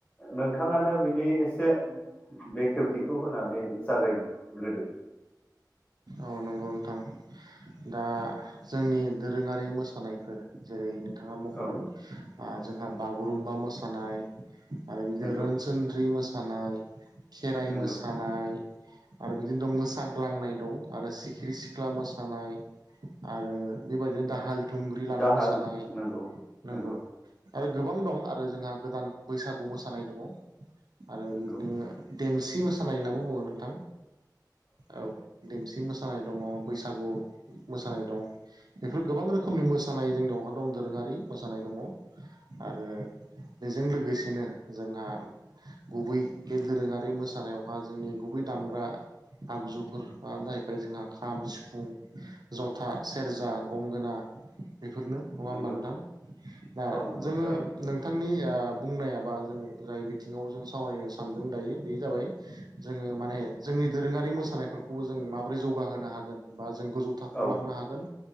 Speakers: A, on the left (about 20°); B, on the right (about 65°).
A: नोंथाङानो बिनि एसे बे खेवथिखौ होनानै जागायग्रोदो।
B: औ नंगौ नोंथां। दा जोंनि दोरोङारि मोसानायफोर जेरै नोंथाङा मख'दों
A: औ
B: ओ जोंहा बागुरुम्बा मोसानाय आरो बिदि
A: नंगौ
B: रोनस सोनद्रि मोसानाय खेराइ
A: नंगौ
B: मोसान नाय आरो बिदिनो दं मोसाग्लांनाय दं आरो सिखिरि सिख्ला मोसानाय। आरो बेबायदिनो दाहाल थुंग्रि लाना
A: दाहाल
B: मोसानाय
A: नंगौ
B: नांगौ।
A: नंगौ
B: आरो गोबां दं आरो जोंहा गोदान बैसागु मोसानाय दङ आरो
A: नंगौ
B: बिदिनो देमसि मोसानाय होनना बुङो नोंथां औ देमसि मोसानाय दङ बैसागु मोसानाय दं। बेफोर गोबां रोखोमनि मोसानाय जोंनिआवहा दं दोरोङारि मोसानाय दङ आरो बेजों लोगोसेनो जोंहा गुबै बे दोरोङारि मोसानायावहा जोंनि गुबै दामग्रा। आगजुफोर ब जाहैबाय जोंहा खाम सिफुं जथा सेरजा गंगोना बेफोरनो नङा होमबा
A: नंगौ
B: नोंथां दा
A: औ नंगौ
B: जोङो
A: थारैनो
B: नों बिथांनि आ बुंनाया बा जों जाय बिथिङाव जों सावरायनो सानदों दायो बे जाबाय जोङो माने जोंनि दोरोङारि मोसानायफोरखौबो जों माबोरै जौगाहोनो हागोन बा जों गोजौ थाख
A: औ
B: हलांनो हागोन